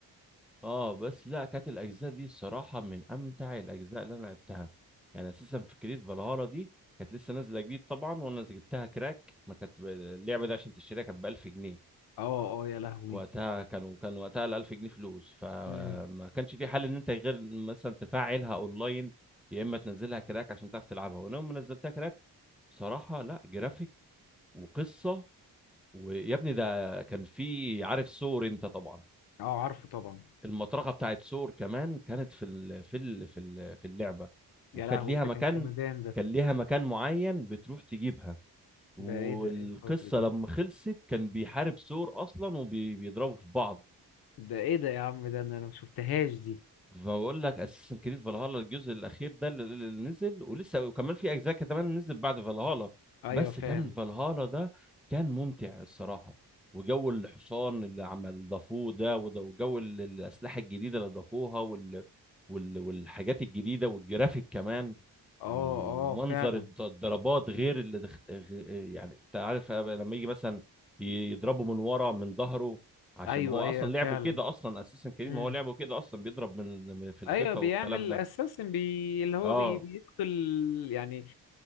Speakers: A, in the centre; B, on the left.
A: اه بس لا كانت الاجزاء دي الصراحه من امتع الاجزاء اللي انا لعبتها يعني اساسا في كريد فالهالا دي كانت لسه نازله جديد طبعا وانا جبتها كراك ما كانت ب- اللعبه دي عشان تشتريها كانت ب 1000 جنيه
B: اه اه يا لهوي
A: وقتها كانوا كان وقتها ال 1000 جنيه فلوس فما
B: امم
A: كانش في حل ان انت غير مثلا تفعلها اونلاين يا اما تنزلها كراك عشان تعرف تلعبها وانا يوم ما نزلتها كراك بصراحه لا جرافيك وقصه ويا ابني ده كان في عارف سور انت طبعا
B: اه عارفه طبعا
A: المطرقه بتاعت ثور كمان كانت في ال... في ال... في ال... في اللعبه
B: يا
A: وكانت
B: لهوي
A: ليها
B: ده
A: مكان
B: كان جمدان ده
A: كان ليها مكان معين بتروح تجيبها والقصه
B: ده ايه ده ايه الفجر ده
A: لما خلصت كان بيحارب ثور اصلا وبيضربوا في بعض
B: ده ايه ده يا عم ده انا أنا ما شفتهاش دي
A: ما بقول لك اساسن كريد فالهالا الجزء الاخير ده اللي اللي نزل ولسه وكمان في اجزاء كمان نزلت بعد فالهالا
B: ايوه
A: بس
B: فاهم
A: كان فالهالا ده كان ممتع الصراحه وجو الحصان اللي عمل ضافوه ده وده- وجو ال- الاسلحه الجديده اللي ضافوها وال... وال... والحاجات الجديده والجرافيك كمان
B: اه
A: ومنظر
B: اه فعلا
A: الض- الضربات غير اللي دخت... غ- يعني انت عارف لما يجي مثلا ي- يضربه من ورا من ظهره عشان
B: ايوه
A: ما هو
B: ايوه
A: اصلا
B: فعلا
A: لعبه كده اصلا اساسا كريم
B: مم.
A: ما هو لعبه كده اصلا بيضرب من من- في الخفا
B: ايوه بيعمل
A: والكلام ده
B: اساسن بي... اللي هو
A: اه
B: بي... بيقتل يعني